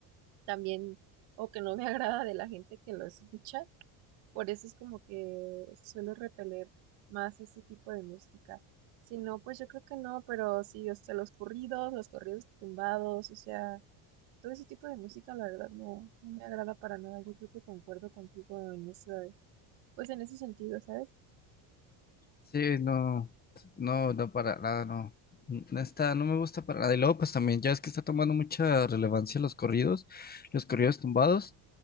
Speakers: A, on the right; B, on the left.
A: también o que no me <laughs> agrada de la gente que lo escucha. Por eso es como que suelo repeler más ese tipo de música. Si no, pues yo creo que no, pero sí, o sea, los corridos, los corridos tumbados, o sea, todo ese tipo de música, la verdad, no, no me agrada para nada. Yo creo que concuerdo contigo en ese, pues en ese sentido, ¿sabes?
B: Sí, no, no, no, para nada, no. No está, no me gusta para nada. Y luego, pues también, ya es que está tomando mucha relevancia los corridos, los corridos tumbados.